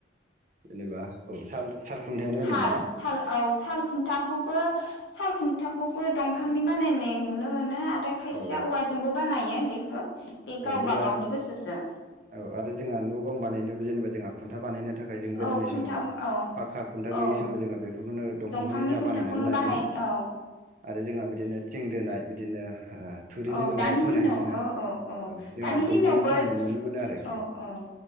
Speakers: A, on the right; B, on the left.
A: जेनेबा औ साल-सालखुन्थायानो
B: साल
A: होनो नामा
B: साल औ साल खुन्थाखौबो साल खुन्थाखौ बो दंफांनि बानायनाय नुनो मोनो आर ओमफ्राय खायसेया
A: औ
B: औवाजोंबो बानायो यो बेयो बे गावबा
A: औ जा
B: गावनि गोसोसो
A: औ आरो जोंहा न' बां बानायनोबो जेनेबा जोंहा खुन्था बानायना नि थाखाय जों गोदोनि
B: औ खुन्था
A: समाव
B: औ
A: पाक्का खुन्था
B: औ
A: गैयि समाव जोङो बेफोरखौनो दंफांखौनो
B: दंफांनि
A: जोंहा
B: खुन्थाखौनो
A: बानायनानै लायोमोन
B: बाहाय औ
A: आरो जोंहा बिदिनो थिं दोनाय बिदिनो ओ थुरिनि
B: औ
A: न'आव
B: दानि
A: होनाय
B: दिनावबो
A: जोंना
B: औ औ
A: जोंहा
B: दानि
A: दंफांखौनो
B: दिनावबो
A: बाहायनाय नुनो मोनो आरोखि
B: औ औ